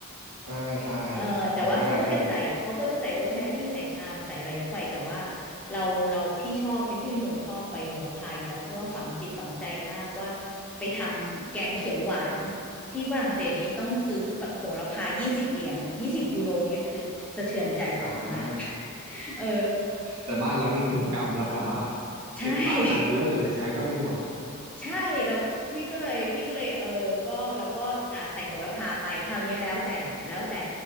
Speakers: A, on the right; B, in the centre.
A: อ่าใช่
B: เออแต่ว่าเขาก็จะใส่เขาก็จะใส่โรสแมรี่ใส่ไทม์ใส่อะไรไปแต่ว่า
A: หาง่ายด้วยครับ
B: เราเราพี่ชอบพี่เป็นคนชอบใบโหระพาอยู่แล้วเพราะว่าฝังจิตฝังใจมากว่าไปทำแกงเขียวหวานที่ฝรั่งเศสนี้ต้องซื้อแบบโหระพายี่สิบเหรียญยี่สิบยูโรเนี้ยคือสะเทือนใจอย่างมาก
A: อ่า
B: <laughs> เออ
A: แต่บ้านเรานี่คือกำแล้วแบบว่า
B: ใช่
A: สิบบาทอันเบลเลอร์เลยใช้ก็ไม่หมด
B: <laughs> ใช่เราพี่ก็เลยพี่ก็เลยเออก็เราก็อ่าใส่โหระพาไปคราวเนี้ยแล้วแต่แล้วแต่